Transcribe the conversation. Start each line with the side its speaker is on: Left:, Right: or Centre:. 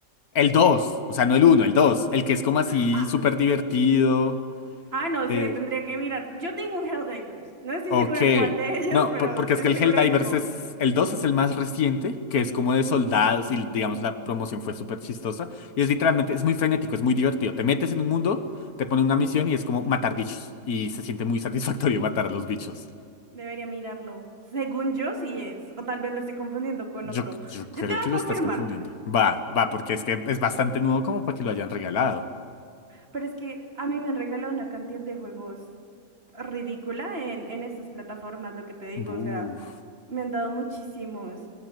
Left: El dos. o sea, no
Right: Sí.
Left: el uno, el 2. El que es como así
Right: Ah,
Left: súper divertido.
Right: ah, no
Left: eh,
Right: sé, tendría que mirar. Yo tengo un Helldivers. No estoy
Left: Ok.
Right: segura cuál de <laughs> ellos,
Left: No,
Right: pero
Left: por- porque
Right: estoy
Left: es que
Right: segura
Left: el Helldivers
Right: que tengo uno.
Left: es. El 2 es el más reciente, que es como de soldados y digamos la promoción fue súper chistosa. Y es literalmente, es muy frenético, es muy divertido. Te metes en un mundo, te pone una misión y es como matar bichos. Y se siente muy <laughs> satisfactorio matar a los bichos.
Right: Debería mirarlo. Según yo, sí es. O tal vez lo estoy confundiendo con
Left: Yo,
Right: otro.
Left: yo
Right: Yo
Left: creo
Right: te voy
Left: que
Right: a confirmar.
Left: lo estás confundiendo. Va, va, porque es que es bastante nuevo como para que lo hayan regalado.
Right: Pero es que a mí me han regalado una cantidad de juegos ridícula en, en estas plataformas, lo que te digo.
Left: Buf.
Right: O sea, me han dado muchísimos.